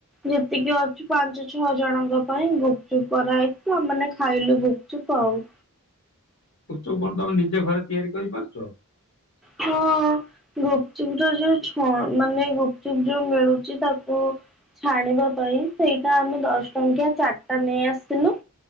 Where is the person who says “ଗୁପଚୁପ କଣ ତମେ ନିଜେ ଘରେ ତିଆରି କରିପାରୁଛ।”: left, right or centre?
Left